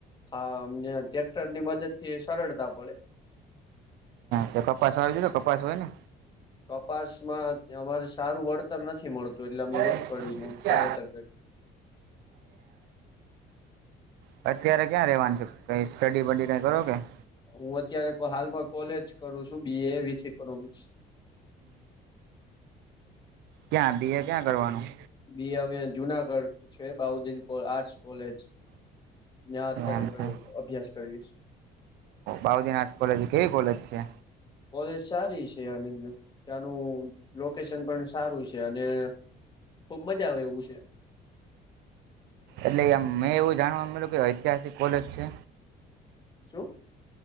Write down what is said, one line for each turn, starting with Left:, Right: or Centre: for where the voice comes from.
Left: હા અમને ટ્રેક્ટર ની મદદ થી એ સરળતા પડે
Right: એછ કપાસ વાળી દીજો કપાસ હોય ને
Left: કપાસમાં અમારે સારું વળતર નથી મળતું
Right: <inaudible>
Left: એટલે અમે
Right: એ
Left: મગફળીનું
Right: છે
Left: વાવેતર કર્યું
Right: અત્યારે ક્યાં રેવાનું છે કઈ સ્ટડી બડી કઈ કરો કે <inaudible>
Left: હું અત્યારે હાલમાં કોલેજ કરું છું બી એ વિથ ઇકોનોમિક્સ
Right: ક્યાં બીએ ક્યાં કરવાનું
Left: બી અ જુનાગઢ છે બાઉદદીન આર્ટ કોલેજ ્યા અત્યારે
Right: એમ
Left: ક
Right: છે
Left: અભ્યાસ કરી
Right: બાઉદ આર્ટસ કોલેજ કેવી કોલેજ છે
Left: કોલેજ સારી છે અને ત્યાં નું લોકેશન પણ સારું છે અને ખુબ મજા આવે એવું છે
Right: એટલે આમ મેં એવું જાણવા મળ્યું કે ઐતિહાસિક કોલેજ છે
Left: શું